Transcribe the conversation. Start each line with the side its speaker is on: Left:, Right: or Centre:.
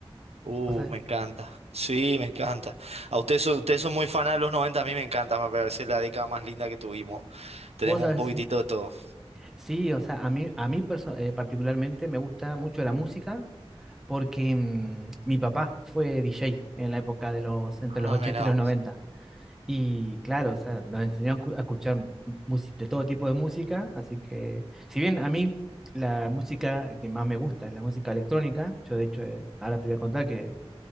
Right: Uh,
Centre: O sea,
Right: me encanta. Sí, me encanta. A ustedes son, ustedes son muy fanas de los 90. a mí me encanta, me parece la década más linda que tuvimos. Tenemos
Centre: vos sabés,
Right: un poquitito
Centre: sí,
Right: de todo.
Centre: Sí, o sea, a mí, a mí perso- eh, particularmente me gusta mucho la música porque em, mi papá fue DJ en la época de los, entre
Right: Ah,
Centre: los 80
Right: mira
Centre: y los
Right: vos.
Centre: 90. Y claro, o sea, nos enseñaron cu- a escuchar mu- mús- de todo tipo de música, así que, si bien a mí la música que más me gusta es la música electrónica, yo de hecho eh, ahora te voy a contar que